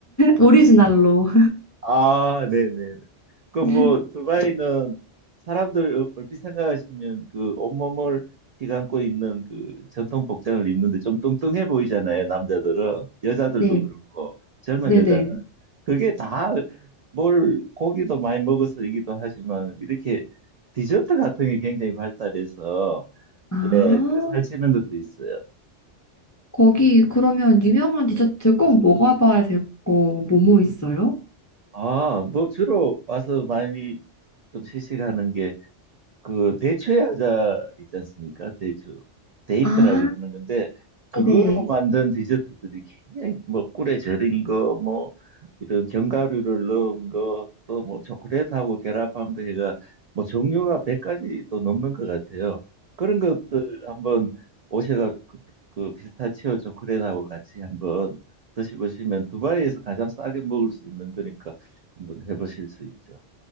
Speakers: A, on the left; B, on the right.
A: 오리지널로.
B: 아, 네네네. 그럼
A: <laughs>
B: 뭐, 두바이는 사람들 얼- 얼핏 생각하시면 그 온몸을 휘감고 있는 그 전통 복장을 입는데 좀 뚱뚱해 보이잖아요, 남자들은. 여자들도
A: 네.
B: 그렇고, 젊은
A: 네네.
B: 여자는. 그게 다 뭘 고기도 많이 먹어서이기도 하지만 이렇게 디저트 같은 게 굉장히 발달해서
A: 아,
B: 예, 그래서 살찌는 것도 있어요.
A: 거기 그러면 유명한 디저트
B: 네.
A: 꼭 먹어봐야 될 거 뭐뭐 있어요?
B: 아, 뭐 주로 와서 많이 좀 시식하는 그 대추야자 있지 않습니까? 대추 데이트라
A: 아,
B: 그러는 건데 그걸로
A: 네네.
B: 만든 디저트들이 굉장히 뭐 꿀에 절인 거 뭐 이런 견과류를 넣은 거 또 뭐 초콜릿하고 결합한 거 해가 뭐 종류가 100가지도 넘는 것 같아요. 그런 것들 한번 오셔가 그, 그 피스타치오 초콜릿하고 같이 한번 드셔보시면 두바이에서 가장 싸게 먹을 수 있는 거니까 한번 해보실 수 있죠.